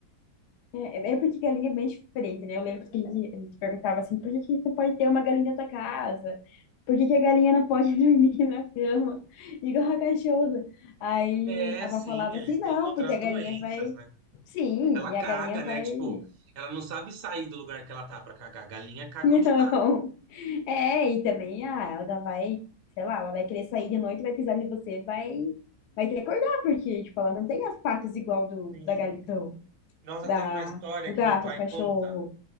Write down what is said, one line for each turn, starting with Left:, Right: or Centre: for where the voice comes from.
Left: É, é é porque galinha é bem diferente, né? Eu lembro que a gente, a gente perguntava assim, por que que você pode ter uma galinha na tua casa? Por que que a galinha não pode <laughs> dormir na cama? Igual a cachorro. Aí
Right: É,
Left: a avó
Right: sim,
Left: falava
Right: eles
Left: assim, não,
Right: têm outras
Left: porque a galinha
Right: doenças,
Left: vai.
Right: né?
Left: Sim,
Right: Ela
Left: e
Right: caga,
Left: a galinha vai.
Right: né? Tipo, ela não sabe sair do lugar que ela tá pra cagar. A galinha caga
Left: <laughs>
Right: onde tá.
Left: É, e também, ah, ela vai, sei lá, ela vai querer sair de noite, vai pisar em você, vai, vai ter que acordar, porque, tipo, ela não tem as patas igual do,
Right: Sim.
Left: da, gali- do,
Right: Nossa,
Left: da,
Right: tem uma história
Left: do
Right: que
Left: gato,
Right: meu pai
Left: do cachorro.
Right: conta,